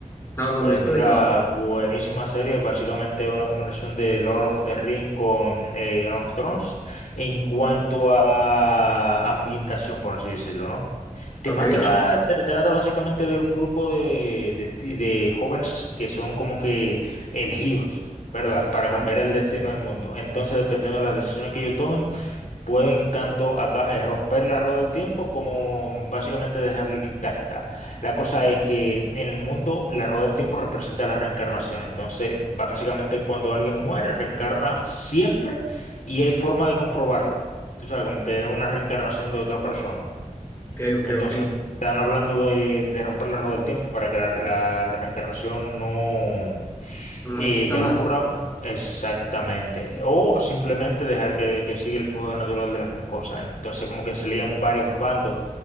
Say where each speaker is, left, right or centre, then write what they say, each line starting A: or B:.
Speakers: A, on the left; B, on the left.
A: No, no
B: Pues
A: lo he visto.
B: mira,
A: ¿De qué va?
B: buenísima serie, básicamente una combinación de Lord of the Ring con eh, Game of Thrones en cuanto a ambientación, por así decirlo, ¿no? Temática
A: Ok, ajá.
B: tra- trata básicamente de un grupo de, de, ti- de jóvenes que son como que elegidos, ¿verdad? Para
A: Ajá.
B: cambiar el destino del mundo. Entonces, dependiendo de las decisiones que ellos tomen, pueden tanto acá, eh, romper la rueda del tiempo como mm, básicamente dejarla intacta. La cosa es que en el mundo la rueda del tiempo representa la reencarnación. Entonces, básicamente cuando alguien muere, reencarna siempre y hay forma de comprobarlo. Tú sabes, como que es una reencarnación de otra persona.
A: Ok, ok,
B: Entonces,
A: ok.
B: están hablando de, de romper la rueda del tiempo para que la, la- la reencarnación no
A: No
B: eh,
A: exista
B: ya
A: más.
B: no ocurra exactamente. O simplemente dejar que, que siga el flujo natural de las cosas. Entonces, como que se lían varios bandos